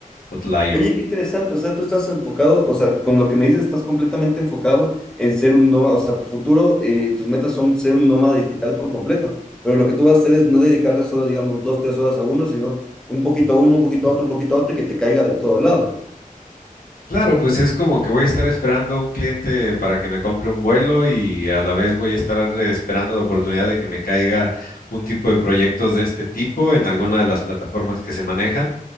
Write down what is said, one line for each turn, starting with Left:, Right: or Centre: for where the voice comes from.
Left: Outlier.
Centre: Oye, qué interesante. O sea, tú estás enfocado, o sea, con lo que me dices, estás completamente enfocado en ser un nómada. O sea, tu futuro, eh, tus metas son ser un nómada digital por completo. Pero lo que tú vas a hacer es no dedicarle solo, digamos, dos, tres horas a uno, sino un poquito a uno, un poquito a otro, un poquito a otro y que te caiga de todo lado.
Left: Claro, pues es como que voy a estar esperando un cliente para que me compre un vuelo y a la vez voy a estar esperando la oportunidad de que me caiga un tipo de proyectos de este tipo en alguna de las plataformas que se manejan,